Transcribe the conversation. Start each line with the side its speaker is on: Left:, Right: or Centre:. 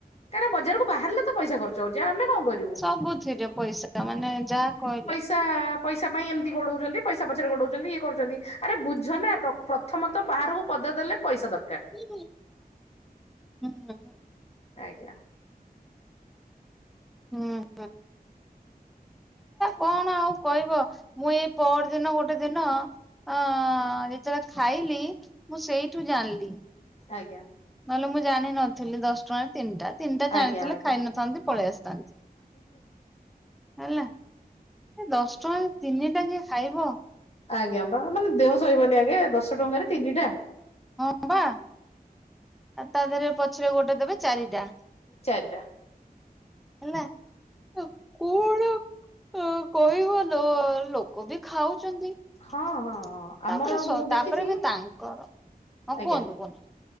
Left: ତାର ବଜାରକୁ ବାହାରିଲେ ତ ପଇସା ଖର୍ଚ ହଉଛି ଆମେ କଣ କରି
Centre: ସବୁଥିରେ ପଇସା ମାନେ ଯାହା କହିଲେ
Left: ତ ପଇସା ପାଇଁ ଏମିତି ଗୋଡଉଛନ୍ତି ପଇସା ପଛରେ ଗୋଡଉଛନ୍ତି ଇଏ କରୁଛନ୍ତି ଆରେ ବୁଝ ନା ପ୍ର ପ୍ରଥମ ତ ପାହାଡ଼କୁ ପଦ ଦେଲେ ପଇସା ଦରକାର।
Centre: <unintelligible> ହୁଁ ହୁଁ।
Left: ଆଜ୍ଞା।
Centre: ହୁଁ। କଣ ଆଉ କହିବ ମୁଁ ଏଇ ପଅର ଦିନ ଗୋଟେ ଦିନ ଅ ଯେତେବେଳେ ଖାଇଲି ମୁଁ ସେଇଠୁ ଜାଣଲି।
Left: ଆଜ୍ଞା।
Centre: ନହେଲେ ମୁଁ ଜାଣିନଥିଲି ଦଶ ଟଙ୍କାରେ ତିନିଟା। ତିନିଟା ଜାଣିଥିଲେ
Left: ଆଜ୍ଞା ଆଜ୍ଞା
Centre: ଖାଇ ନଥାନ୍ତି ପଳେଇ ଆସିଥାନ୍ତି ହେଲା। ଏ ଦଶ ଟଙ୍କାରେ ତିନି ଟା କିଏ ଖାଇବ?
Left: ଆଜ୍ଞା ବା ମାନେ ଦେହ ସହିବନି ଆଜ୍ଞା ଦଶ ଟଙ୍କାରେ ତିନିଟା।
Centre: ହଁ ବା। ଆଉ ତା ଦେହରେ ପଛରେ ଗୋଟେ ଦେବେ ଚାରିଟା।
Left: ଚାରିଟା।
Centre: ହେଲା ଅ କଣ ଆଉ? ହ କହିବ ଲୋ ଲୋକ ବି ଖାଉଛନ୍ତି।
Left: ହଁ
Centre: ତାପରେ
Left: ହଁ ହଁ ଆମର
Centre: ସ
Left: ମୁଁ ଦେଖିଛି
Centre: ତାପରେ ବି ତାଙ୍କର ହଁ
Left: ଆଜ୍ଞା।
Centre: କୁହନ୍ତୁ କୁହନ୍ତୁ।